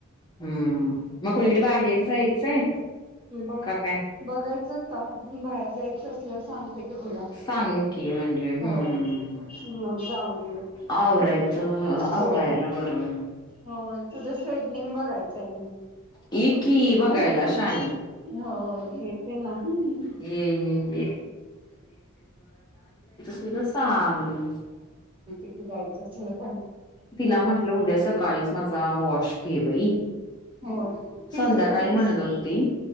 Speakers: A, on the left (about 20°); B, on the right (about 25°).
A: हम्म मग कोुणीकडे बाहेर जायचंय
B: ब
A: का काय?
B: बघायचं आ बाहेर जायचं असल सांगते की तुला
A: सांग की म्हणजे हम्म
B: होय मग जाऊन
A: आवरायचं आवरायला
B: होय
A: बरं मग
B: हो ज ट्रेटनिंग बघायचं आहे
A: ये की बघायला
B: म
A: शानी.
B: हो येते ना हम्
A: ये ये ये तुला सांग
B: की जायचं असलं तर
A: तिला म्हंटलं उद्या स काळीच माझा वॉश के बाई
B: होय तिसऱ्या
A: संध्याकाळी
B: दिवशी
A: म्हणत हो ती